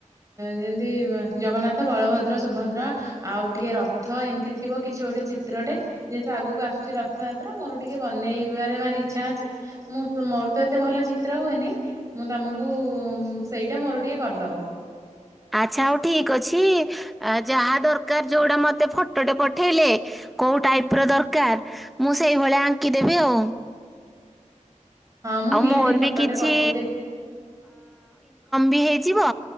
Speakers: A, on the right; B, in the centre.
A: ଯେମିତି ଜଗନ୍ନାଥ ବଳଭଦ୍ର ସୁଭଦ୍ର ଆଉ ଟିକିଏ ରଥ ଏମିତି ଥିବ କିଛି ଗୋଟଏ ଚିତ୍ରଟେ ଯେହେତୁ ଆଗକୁ ଆସୁଛି ରଥଯାତ୍ରା ମୋର ଟିକିେ ବନେଇବାରେ ଭାରି ଇଚ୍ଛା ଅଛି ମୁଁ ମୋର ତ ଏତେ ଭଲ ଚିତ୍ର ହୁଏନି ମୁଁ ତମକୁ ସେଇଟା ମୋର ଟିକେ କରିଦବ।
B: ଆଚ୍ଛା ହଉ ଠିକ ଅଛି ଯାହା ଦରକାର ଯୋଉଟା ମତେ ଫଟୋଟେ ପଠେଇଲେ କୋଉ ଟାଇପ ର ଦରକାର ମୁଁ ସେଇଭଳିଆ ଆଙ୍କିଦେବି ଆଉ।
A: ହଁ ମୁଁ
B: ଆଉ
A: ନିହାତି
B: ମୋର
A: ଫଟୋଟେ
B: ବି କିଛି
A: ପଠେଇଦେବି।
B: ବି ହେଇଯିବ